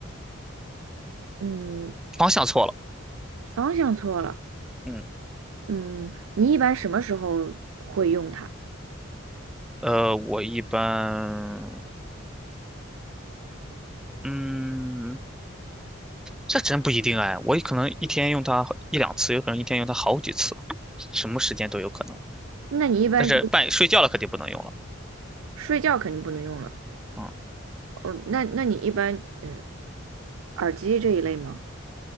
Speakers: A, on the right; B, in the centre.
A: 嗯，
B: 方向错了。
A: 方向错了。
B: 嗯，
A: 嗯，你一般什么时候会用它？
B: 呃，我一般，嗯，这真不一定哎，我可能一天用它一两次，有可能一天用它好几次，什么时间都有可能。
A: 那你一般就
B: 但是半夜睡觉了肯定不能用了。
A: 睡觉肯定不能用了。
B: 嗯，
A: 哦，那那你一般嗯，耳机这一类吗？